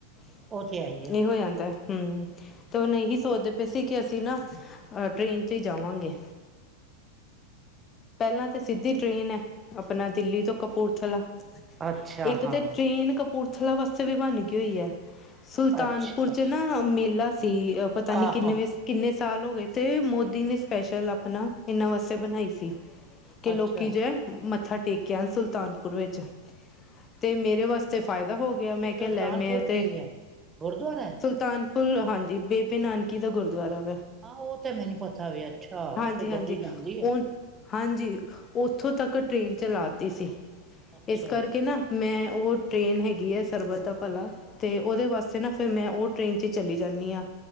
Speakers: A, on the left (about 25°); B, on the right (about 20°).
A: <inaudible>
B: ਉਹ ਤੇ ਹੈ ਹੀ ਹੈ
A: ਨਹੀਂ ਹੋ ਜਾਂਦਾ ਹ। ਹਮ, ਤੇ ਉਹ ਨਹੀਂ ਸੋਚਦੇ ਪਏ ਸੀ ਕਿ ਅਸੀਂ ਨਾ ਅ ਟ੍ਰੇਨ ਚ ਹੀ ਜਾਵਾਂਗੇ। ਪਹਿਲਾਂ ਤਾਂ ਸਿੱਧੀ ਟ੍ਰੇਨ ਹੈ, ਆਪਣਾ ਦਿੱਲੀ ਤੋਂ। ਕਪੂਰਥਲਾ,
B: ਅੱਛਾ
A: ਇੱਕ
B: ਹਾਂ
A: ਤੇ ਟ੍ਰੇਨ ਕਪੂਰਥਲਾ। ਪਥਲਾ ਵਾਸਤੇ ਵੀ ਬਣ ਗਈ ਹੋਈ ਹੈ, ਸੁਲਤਾਨਪੁਰ
B: ਅੱਛਾ
A: ਚ ਨਾ ਮੇਲਾ ਸੀ। ਪਤਾ ਨਹੀਂ
B: ਆਹੋ
A: ਕਿੰਨੇ ਵ ਕਿੰਨੇ ਸਾਲ ਹੋ ਗਏ ਅਤੇ ਮੋਦੀ ਨੇ ਸਪੈਸ਼ਲ ਆਪਣਾ ਇਹਨਾਂ ਵਾਸਤੇ ਬਣਾਈ ਸੀ ਕਿ ਲੋਕੀ
B: ਅੱਛਾ
A: ਜਿ ਮੱਥਾ ਗਿਆ, ਸੁਲਤਾਨਪੁਰ ਵਿੱਚ ਅਤੇ ਮੇਰੇ ਵਾਸਤੇ। ਤੇ ਫਾਇਦਾ ਹੋ ਗਿਆ, ਮੈਂ
B: ਕੀ ਸੁਲਤਾਨਪੁਰ
A: ਕਿਹਾ ਲੈ ਮੈਂ ਤੇ
B: ਕੀ ਹੈ ਗੁਰਦੁਆਰਾ ਹੈ?
A: ਸੁਲਤਾਨ। ਲ ਹਾਂਜੀ ਬੇਬੇ ਨਾਨਕੀ ਦਾ ਗੁਰਦੁਆਰਾ।
B: ਹਾਂ ਉਹ ਤੇ ਮੈਨੂੰ ਪਤਾ ਵੀ ਅੱਛਾ,
A: ਹਾਂਜੀ
B: ਉੱਥੇ
A: ਹਾਂਜੀ
B: ਗੱਡੀ ਜਾਂਦੀ
A: ਉਹ
B: ਐ।
A: ਹਾਂਜੀ ਉੱਥੋਂ ਤੱਕ ਟ੍ਰੇਨ ਚਲਾਤੀ ਸੀ,
B: ਅੱਛਾ
A: ਇਸ ਕਰਕੇ
B: ਅੱਛਾ
A: ਨਾ ਮੈਂ, ਉਹ ਟ੍ਰੇਨ ਹੈਗੀ ਹੈ ਸਰਬਤ ਦਾ ਭਲਾ। ਤੇ ਉਹਦੇ ਵਾਸਤੇ ਨਾ, ਫਿਰ ਮੈਂ ਉਹ ਟ੍ਰੇਨ ਚ ਚਲੀ ਜਾਂਦੀ ਆ।